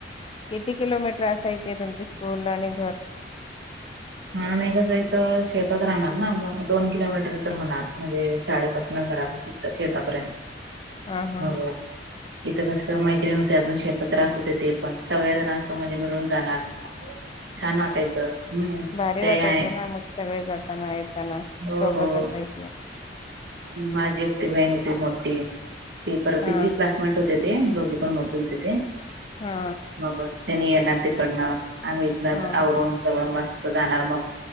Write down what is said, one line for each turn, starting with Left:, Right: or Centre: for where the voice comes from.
Left: किती किलोमीटर असायचे तुमचे स्कूल आणि घर.
Right: नाही मी कसं इथ शेतात राहणार ना मग दोन किलोमीटर तर होणार म्हणजे शाळेपासून घरापर्यंत. शेतापर्यंत
Left: हा हा
Right: मग. इथं कसं मैत्रीण होत्या, शेतात राहत होते ते पण सगळ्या जणां असं म्हणजे मिळून जाणार. छान वाटायचं, हम्म.
Left: घरी
Right: ते
Left: वाटायचं
Right: आहे
Left: ना मग सगळे जाताना येताना सोबत
Right: हो हो
Left: असायच.
Right: माझी एकटी बहीण होती मोठी. ति पर्टीची
Left: हा
Right: क्लासमेट होते ते दोघे पण मोठे होते ते.
Left: हा
Right: मग त्यांनी येणार तिकडनं आम्ही इथन
Left: हा
Right: आवरून सगळं मस्त जाणार मग.